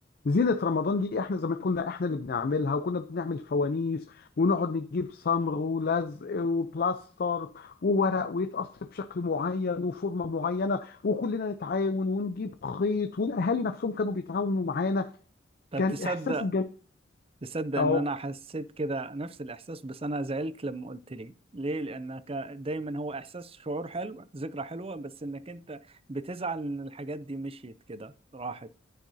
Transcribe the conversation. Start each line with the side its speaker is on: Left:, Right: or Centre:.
Left: زينة رمضان دي احنا زمان كنا احنا اللي بنعملها وكنا بنعمل فوانيس ونقعد نجيب صمغ ولزق وبلاستر وورق ويتقص بشكل معين وفورمة معينة وكلنا نتعاون ونجيب خيط والاهالي نفسهم كانوا بيتعاونوا معانا
Right: طب
Left: كان
Right: تصدق
Left: احساس
Right: تصدق
Left: جميل
Right: ان انا حسيت كده نفس الاحساس بس انا زعلت لما قلت لي ليه لانك دايما هو احساس شعور حلو ذكرى حلوة بس انك انت بتزعل ان الحاجات دي مشيت كده راحت